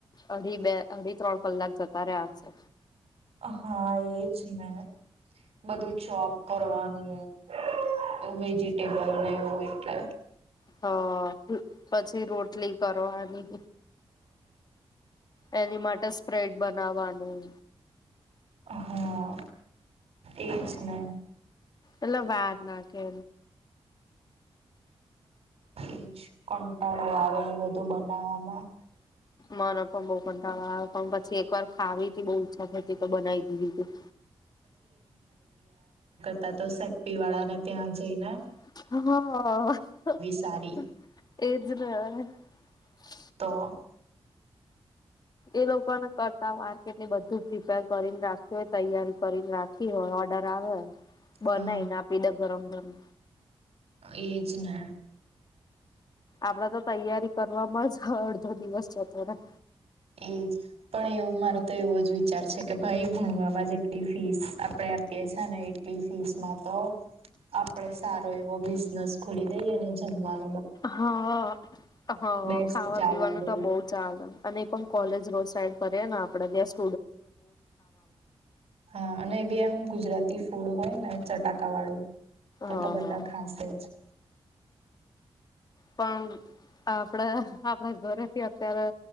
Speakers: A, on the left; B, on the right.
A: અઢી બે, અઢી, ત્રણ કલાક જતા રહ્યા હશે
B: હા, એજ ને બધું ચોપ કરવાનું વેજીિટેબલને એવું એટલે
A: હ, પછી રોટલી કરવાની એની માટે સ્પ્રેડ બનાવાનું
B: હહા એ જ ને
A: એલા વાર ના કે
B: એજ કંટાળો આવે એ બધું બનાવવામાં
A: મને પણ બહુ કંટાડા આવે પણ પછી એક વાર ખાવી તી બહુ ઈચ્છા થઇતી તો બનાવી દીધી તી
B: મેં તો સેપ્પી વાળા ને ત્યાં જઈ ને
A: હા એજ
B: સારી
A: હમ
B: તો
A: એ લોકોને કરતા વાર કેટલી બધું પ્રિપેર કરીને રાખી હોય તૈયારી કરીને રાખી હોય ઓર્ડર આવે બનાઈને
B: હા
A: આપીદે ગરમ ગરમ
B: એજને
A: આપણા તો તૈયારી કરવાવામાં અડધો દિવસ જતો રહે
B: એજ પણ એવું મારો તો એવો જ વિચાર છે કે ભાઈ ભણવામાં જેટલી ફીસ આપણેે આપીએ છે ને એટલી ફીસ માં તો આપડે સારો એવો બિઝનેસ ખોલી દઈને જમવાનો
A: હા હા
B: બેસ્ટ
A: ખાવા
B: ચાલે
A: પીવાનું
B: બોલ
A: તો બહુ ચાલે અને પણ કોલેજ રોડ સાઈડ કરીએ ને આપણે બેસ્ટ
B: હા અને બી એમ ગુજરાતી ફૂડ હોય ને ચટાકાવાળું તો
A: હા
B: તો બધા ખાશે જ <unintelligible>
A: પણ આપડા આપણા ઘરેથી અત્યારે